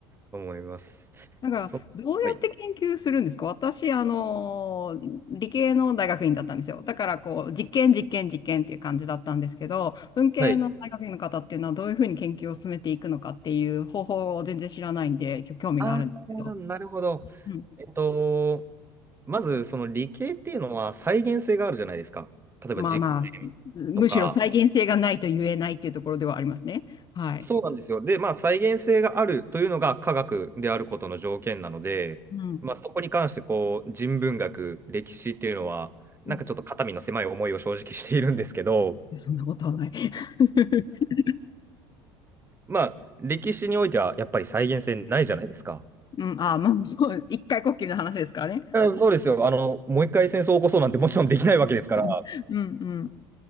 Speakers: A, on the right; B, on the left.
A: 思います。
B: なんか、
A: そ、
B: どうやって研究するんですか私、
A: はい。
B: あの理系の大学院だったんですよ。だから、こう、実験、実験、実験っていう感じだったんですけど、文系の大学院の方っていうのは、
A: はい。
B: どういうふうに研究を進めていくのかっていう方法を全然知らないんで、きょ興味があるんですけど、
A: ああ、なるほど。
B: うん、
A: えっと、まず、その理系っていうのは再現性があるじゃないですか。例えば実験とか。
B: まあまあ、むしろ再現性がないと言えないっていうところではありますね。はい。
A: そうなんですよ。で、まあ、再現性があるというのが科学であることの条件なので、
B: うん。
A: まあ、そこに関して、こう、人文学、歴史っていうのは、なんかちょっと肩身の狭い思いを正直しているんですけど、
B: うんそんなことはない。<laughs>
A: まあ、歴史においてはやっぱり再現性ないじゃないですか。
B: うん、ああまあ、そう、一回こっきりの話ですからね。
A: あそうですよ。あの、もう一回戦争を起こそうなんてもちろんできないわけですから。
B: うん、うん、うん、